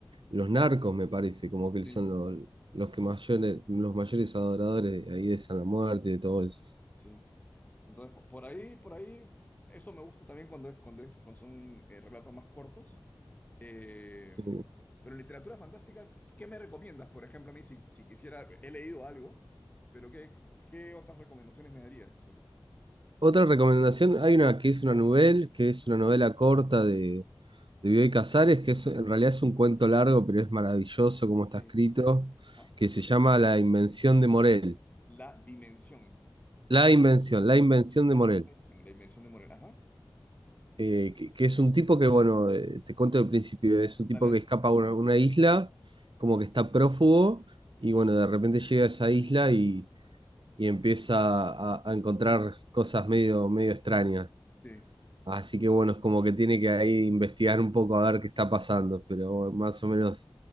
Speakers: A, on the right; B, on the left.
A: los narcos, me parece, como que
B: Sí,
A: son los, los que mayores, los mayores adoradores de ahí de San la Muerte y de todo eso.
B: sí. Entonces, po- por ahí, por ahí, eso me gusta también cuando, es, cuando, es- cuando son eh, relatos más cortos. Eh,
A: Sí.
B: pero literatura fantástica, ¿qué me recomiendas? Por ejemplo, a mí, si, si quisiera, he leído algo, pero ¿qué, qué otras recomendaciones me darías? Porque-
A: Otra recomendación, hay una que es una novela, que es una novela corta de, de Bioy Casares, que es, en realidad es un cuento largo, pero es maravilloso como está
B: sí.
A: escrito,
B: Ajá.
A: que se llama La Invención de Morel.
B: La dimensión.
A: La Invención, La Invención de
B: La
A: Morel.
B: invención, la invención de Morel. Ajá.
A: eh, que, que es un tipo que, bueno, eh, te cuento del principio, es un
B: Dale,
A: tipo que
B: dale.
A: escapa a una, una isla, como que está prófugo, y bueno, de repente llega a esa isla y, y empieza a, a encontrar cosas medio, medio extrañas.
B: Sí.
A: Así que bueno, es como que tiene que ahí investigar un poco a ver qué está pasando, pero bueno, más o menos